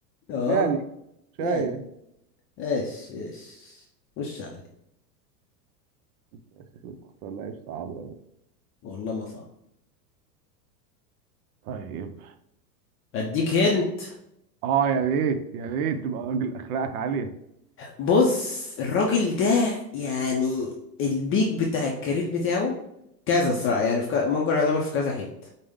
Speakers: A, on the left; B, on the right.
A: اه
B: يعني شايف
A: يعني ايش ايش وش عليا
B: شكلك بتختار لعيب صعب أوي
A: والله ما صعب
B: طيب
A: اديك هنت
B: اه يا ريت يا ريت تبقى راجل اخلاقك عالية
A: بص الراجل ده يعني البيك بتاع الكارير بتاعه كذا الصراحة يعني في ك... ممكن يعتبر في كذا حتة